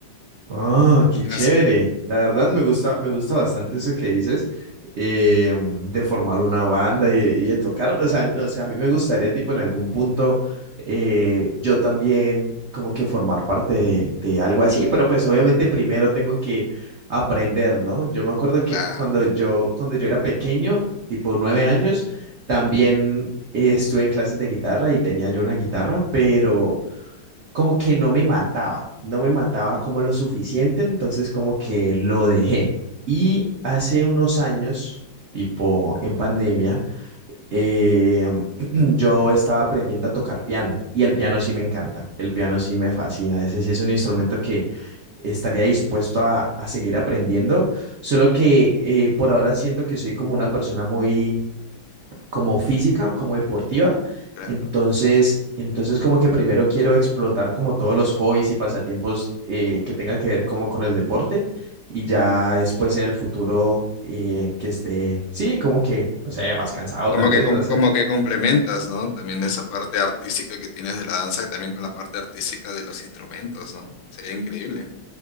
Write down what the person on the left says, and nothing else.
Tienes-
Claro,
claro.
Como
que, com-
como que complementas, ¿no? También esa parte artística que tienes de la danza, también con la parte artística de los instrumentos, ¿no? Sería increíble.